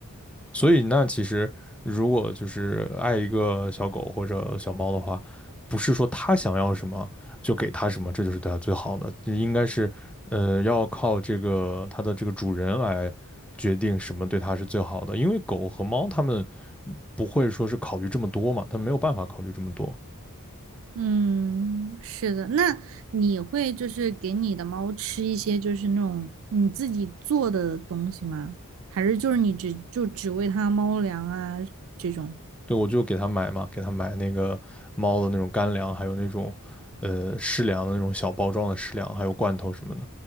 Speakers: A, in the centre; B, on the right.
A: 所以那其实如果就是爱一个小狗或者小猫的话，不是说它想要什么就给它什么，这就是对它最好的，应该是呃要靠这个它的这个主人来决定什么对它是最好的，因为狗和猫它们不会说是考虑这么多嘛，它没有办法考虑这么多。
B: 嗯，是的。那你会就是给你的猫吃一些就是那种你自己做的东西吗？还是就是你只就只喂它猫粮啊这种？
A: 对，我就给他买嘛，给他买那个猫的那种干粮，还有那种呃湿粮的那种小包装的湿粮，还有罐头什么的。